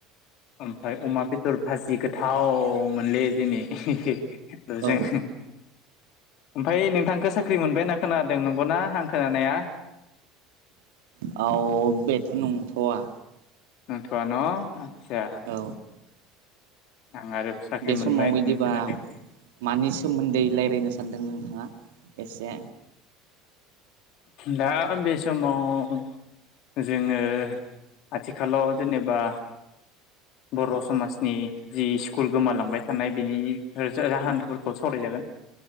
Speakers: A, on the left; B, on the right.
A: ओमफ्राय अमा बेदर भाजि गोथाव मोनलै दिनै। ओ जों
B: औ
A: ओमफाय नोंथांखौ साख्रि मोनबाय होनना खोनादों नंगौना आं खोनानाया?
B: औ बेथ' नंथ'वा।
A: नंथ'वा न आटचा।
B: औ
A: आं आरो
B: बे
A: मोनबाय
B: समाव बिदिबा
A: होननानै खोनादों
B: मानि सोमोन्दै लायरायनो सानदों नों थाङा एसे
A: दा बे समाव जोङो आथिखालाव जेनेबा बर' समाजनि जि स्कुल गोमालांबाय थानाय बेनि जाहोनफोरखौ सावरायजागोन।